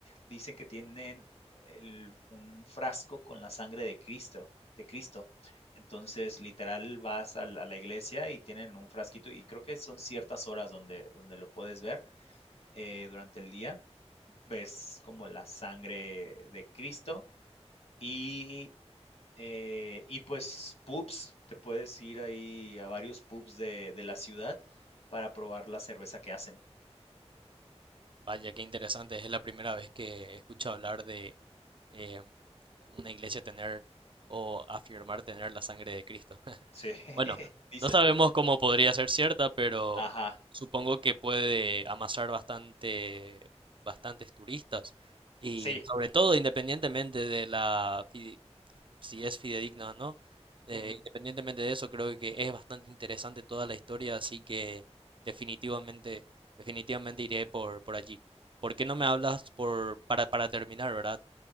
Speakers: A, on the left; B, on the right.
A: dicen que tienen el- un frasco con la sangre de Cristo, de Cristo. Entonces, literal, vas a la, a la iglesia y tienen un frasquito y creo que son ciertas horas donde, donde lo puedes ver eh, durante el día. Ves como la sangre de Cristo y eh, y pues pubs, te puedes ir ahí a varios pubs de, de la ciudad para probar la cerveza que hacen.
B: Vaya, qué interesante. Es la primera vez que escucho hablar de eh, una iglesia tener o afirmar tener la sangre de Cristo. <laughs>
A: Sí, <laughs>
B: Bueno,
A: dicen.
B: no sabemos cómo podría ser cierta, pero
A: Ajá,
B: supongo que puede amasar bastante, bastantes turistas. Y
A: sí.
B: sobre todo, independientemente de la si es fidedigna o no. Eh,
A: Ujú.
B: independientemente de eso, creo que es bastante interesante toda la historia, así que definitivamente, definitivamente iré por, por allí. ¿Por qué no me hablas por, para, para terminar, ¿verdad?